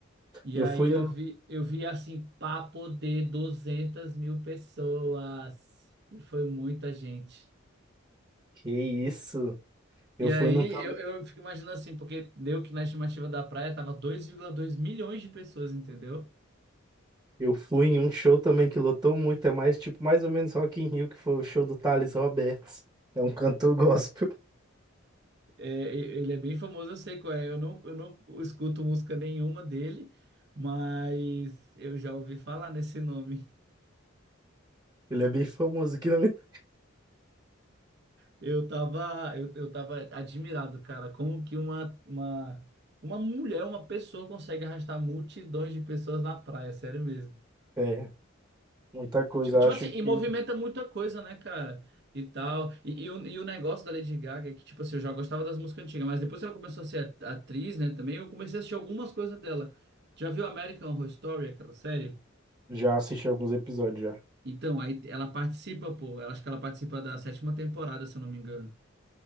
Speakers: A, on the right (about 55°); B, on the right (about 20°).
A: E
B: Eu
A: aí
B: fui
A: eu
B: no,
A: vi, eu vi, assim, papo de 200 mil pessoas. E foi muita gente.
B: Que isso? Eu
A: E
B: fui
A: aí
B: num também.
A: eu, eu fico imaginando assim, porque deu que na estimativa da praia tava dois vírgula dois milhões de pessoas, entendeu?
B: Eu fui em um show também que lotou muito, é mais tipo mais ou menos Rock in Rio, que foi o show do Thales Roberts. É um cantor gospel. <laughs>
A: É, e- ele é bem famoso, eu sei qual é. Eu não, eu não escuto música nenhuma dele, mas eu já ouvi falar nesse nome.
B: Ele é bem famoso aqui na minha. <laughs>
A: Eu tava, eu, eu tava admirado, cara, como que uma, uma, uma mulher, uma pessoa consegue arrastar multidões de pessoas na praia, sério mesmo.
B: É, muita coisa.
A: Tipo, tipo
B: Eu Acho
A: assim, e
B: que
A: movimenta muita coisa, né, cara? E tal. E, e o, e o negócio da Lady Gaga é que, tipo assim, eu já gostava das músicas antigas, mas depois que ela começou a ser a- atriz, né, também, eu comecei a assistir algumas coisas dela. Já viu American Horror Story, aquela série?
B: já assisti alguns episódios já.
A: Então, aí ela participa, pô. Ela, acho que ela participa da sétima temporada, se eu não me engano.